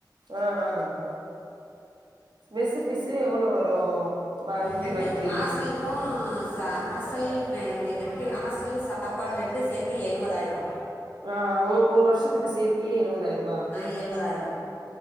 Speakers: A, on the right; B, on the left.
A: ஆ ஆ மெஸ்ஸு ஃபிஸு எவ்ளோ வரு மந்த்லி
B: ரெண்டு
A: மந்த்லி
B: ஹாசலுக்கு ச ஹாஸ்டல் ரெ ரெண்டு ஹாஸ்டலு சாப்பாடு ரெண்டு சேத்து எழுவதாயிரோ
A: ஆ ஒ ஒரு வருஷத்துக்கு சேத்தியே எழுவதாயிரூபா
B: ஆ எழுவதாயிரோ